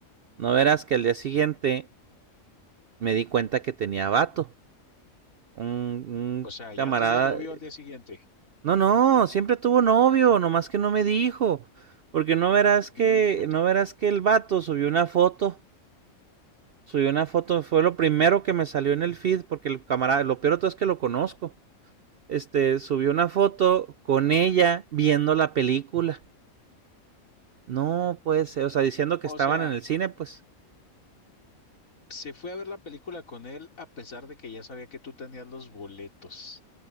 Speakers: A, on the right; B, on the left.
A: no verás que al día siguiente me di cuenta que tenía vato. Un, un
B: O sea,
A: camarada
B: ya tenía novio al día siguiente.
A: No, no, siempre tuvo novio, nomás que no me dijo, porque no verás que,
B: Híjole.
A: no verás que el vato subió una foto, subió una foto, fue lo primero que me salió en el feed, porque el camarada, lo peor de todo es que lo conozco, este, subió una foto con ella viendo la película, no puede ser, o sea, diciendo que
B: O
A: estaban
B: sea,
A: en el cine, pues,
B: se fue a ver la película con él a pesar de que ya sabía que tú tenías los boletos